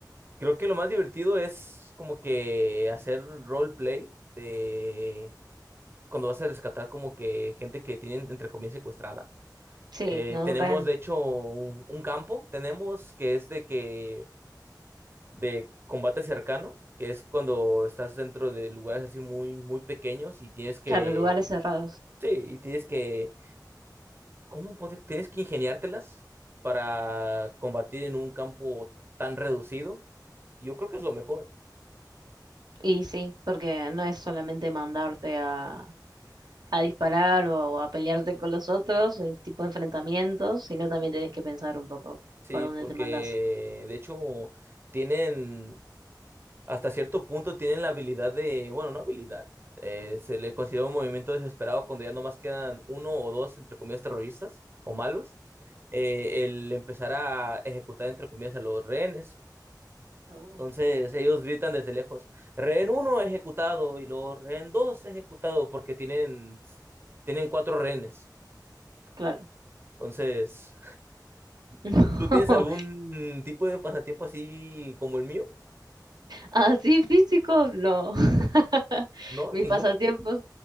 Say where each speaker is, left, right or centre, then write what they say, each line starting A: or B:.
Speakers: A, on the right; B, on the right.
A: Creo que lo más divertido es como que hacer roleplay de cuando vas a rescatar como que gente que tienen entre comillas secuestrada.
B: sí,
A: Eh,
B: no
A: tenemos
B: un rehén.
A: de hecho un, un campo, tenemos que es de que de combate cercano, que es cuando estás dentro de lugares así muy muy pequeños y tienes que
B: Claro, lugares cerrados.
A: sí, y tienes que ¿cómo poder- tienes que ingeniártelas para combatir en un campo tan reducido? Yo creo que es lo mejor.
B: Y sí, porque no es solamente mandarte a, a disparar o a pelearte con los otros, el tipo de enfrentamientos, sino también tenés que pensar un poco
A: Sí,
B: por dónde
A: porque
B: te mandás.
A: de hecho tienen, hasta cierto punto tienen la habilidad de, bueno, no habilidad, eh, se le considera un movimiento desesperado cuando ya nomás quedan uno o dos, entre comillas, terroristas o malos, eh, el empezar a ejecutar, entre comillas, a los rehenes.
B: Oh.
A: Entonces ellos gritan desde lejos, rehén uno ejecutado y luego rehén dos ejecutado porque tienen, tienen cuatro rehenes.
B: Claro.
A: Entonces,
B: <laughs>
A: ¿tú tienes algún tipo de pasatiempo así como el mío?
B: Así físicos, no. <laughs>
A: ¿No?
B: Mis
A: ¿Ninguno?
B: pasatiempos,